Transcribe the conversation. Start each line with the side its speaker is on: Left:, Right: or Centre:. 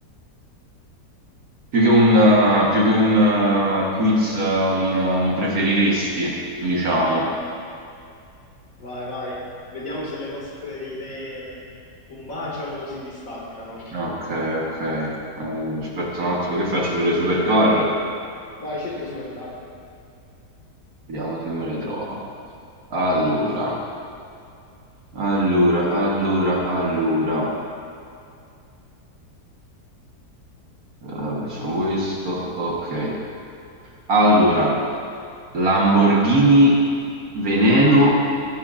Right: Più che un, eh, più che un eh, quiz, eh, un, eh, un preferiresti, diciamo.
Left: vai, vai. Vediamo se le nostre idee combaciano o si distaccano.
Right: Ok, ok. Allora, aspetta un attimo, che faccio sulle supercar?
Left: Vai, cerca supercar.
Right: Vediamo se me le trova. Allora, allora, allora, allora. Eh, facciamo questo. Ok. Allora, Lamborghini Veneno